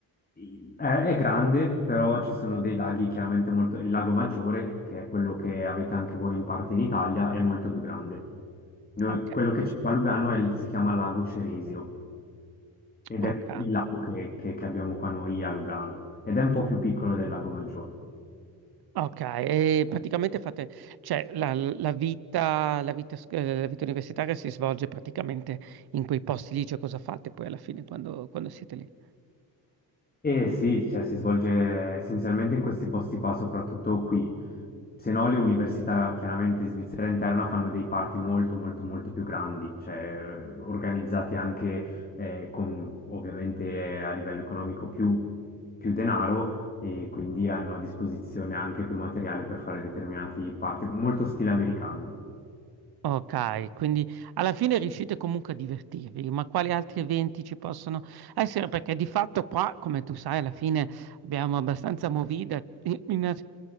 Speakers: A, on the left (about 20°); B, on the right (about 60°).
A: Sì. È, è grande, però ci sono dei laghi chiaramente molto... Il lago Maggiore, che è quello che avete anche voi in parte in Italia, è molto più grande. Noi-
B: Ok,
A: quello che c'è qua a Lugano è il- si chiama Lago Ceresio ed
B: ok.
A: è il lago che, che che abbiamo qua noi a Lugano ed è un po' più piccolo del Lago Maggiore.
B: Ok, e praticamente fate, cioè la, la vita, la vita, sc- eh, la vita universitaria si svolge praticamente in quei posti lì, cioè cosa fate poi alla fine quando quando siete lì?
A: Eh sì, cioè si svolge essenzialmente in questi posti qua, soprattutto qui. Se no, le università chiaramente svizzera interna fanno dei party molto, molto, molto più grandi, cioè eh, organizzati anche eh, con ovviamente eh, a livello economico più, più denaro e quindi hanno a disposizione anche più materiale per fare determinati party, molto stile americano.
B: Ok, quindi alla fine riuscite comunque a divertirvi, ma quali altri eventi ci possono essere? Perché di fatto qua, come tu sai, alla fine abbiamo abbastanza movida, <laughs> in- in-